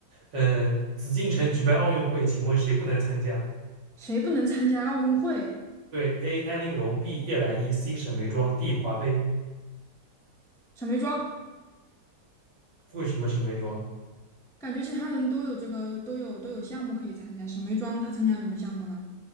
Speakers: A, on the right; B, in the centre.
A: 呃，紫禁城举办奥运会，请问谁不能参加？
B: 谁不能参加奥运会？
A: 对，A. 安陵容，B. 叶澜依，C. 沈眉庄，D. 华妃。
B: 沈眉庄，
A: 为什么沈眉庄？
B: 感觉其他人都有这个都有都有项目可以参加，沈眉庄她参加什么项目呢？